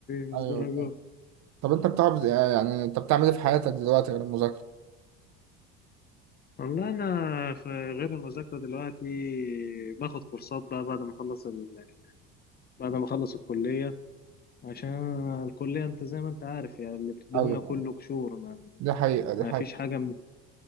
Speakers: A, on the left; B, on the right.
A: مش
B: ايوه
A: درجات
B: فاهم. طب انت بتعمل يعني يعني انت بتعمل ايه في حياتك دلوقتي غير المذاكره
A: والله انا في غير المذاكره دلوقتي باخد كورسات بقى بعد ما اخلص ال... بعد ما اخلص الكليه عشان الكليه انت زي ما انت عارف يعني اللي بتديهولنا
B: ايوه
A: كله قشور ما...
B: دي حقيقه دي
A: ما
B: حقيقه
A: فيش حاجه من...